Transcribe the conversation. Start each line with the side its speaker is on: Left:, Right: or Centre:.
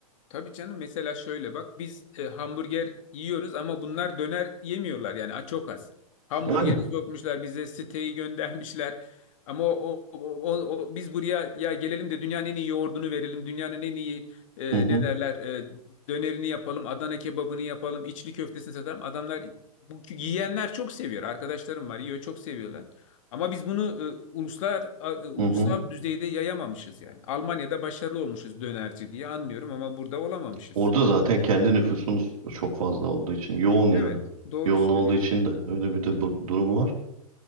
Left: Tabii canım mesela şöyle bak biz e, hamburger yiyoruz ama bunlar döner yemiyorlar yani a- çok az. Hamburgeri
Right: Aynen.
Left: sokmuşlar bize siteyi göndermişler. Ama o, o, o- o- biz buraya ya gelelim de dünyanın en iyi yoğurdunu verelim. Dünyanın en iyi e,
Right: Hı hı.
Left: ne derler e, dönerini yapalım. Adana kebabını yapalım. içli köftesini satalım. Adamlar bu yiyenler çok seviyor. Arkadaşlarım var yiyor çok seviyorlar. Ama biz bunu e, uluslar a- e, ulusal
Right: Hı hı.
Left: düzeyde yayamamışız yani. Almanya'da başarılı olmuşuz dönerci diye anlıyorum ama burada olamamışız.
Right: Orada zaten kendi nüfusumuz çok fazla olduğu için yoğun yani.
Left: Evet, doğru
Right: Yoğun
Left: söylüyorsun.
Right: olduğu için de öyle bir de bu- durum var.